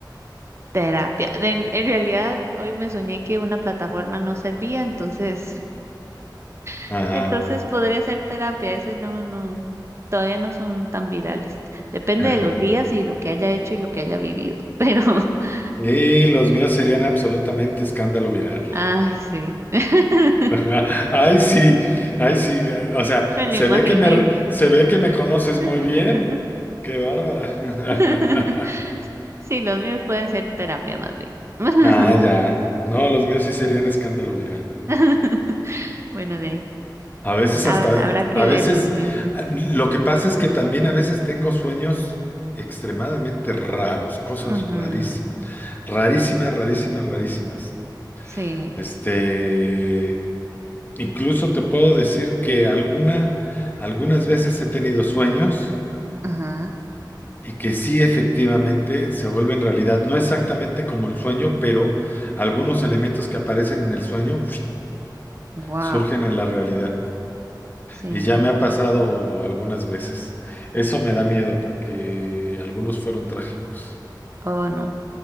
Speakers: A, on the right; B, on the left.
A: terapia. De- en, en realidad, hoy me soñé que una plataforma no servía, entonces, <laughs>
B: ajá.
A: entonces podría ser terapia. Ese no, no, todavía no son tan virales. Depende
B: <laughs>
A: de los
B: ajá.
A: días y lo que haya hecho y lo que haya vivido. Pero, <laughs>
B: Y los míos serían absolutamente escándalo viral. <laughs>
A: ay, sí, <laughs>
B: Ajá. Ay, sí, ay, sí. O sea,
A: me lo
B: se
A: imaginé.
B: ve que me, se ve que me conoces
A: <laughs>
B: muy bien. Qué bárbara.
A: <laughs>
B: <laughs>
A: Sí, los míos pueden ser terapia más bien. <laughs>
B: Ah, ya. No, los míos sí serían escándalo viral.
A: <laughs> Bueno, de ahí.
B: A veces
A: Hab-
B: hasta,
A: habrá que
B: a veces,
A: verlos, dice.
B: ah, lo que pasa es que también a veces tengo sueños extremadamente raros, cosas
A: Ujú,
B: rarísimas, rarísimas, rarísimas, rarísimas.
A: Sí,
B: Este, incluso te puedo decir que alguna, algunas veces he tenido sueños
A: ajá,
B: y que sí efectivamente se vuelven realidad. No exactamente como el sueño, pero algunos elementos que aparecen en el sueño <sniffs>
A: wow,
B: surgen en la realidad.
A: sí,
B: Y ya me ha pasado algunas veces. Eso me da miedo porque algunos fueron trágicos,
A: oh no,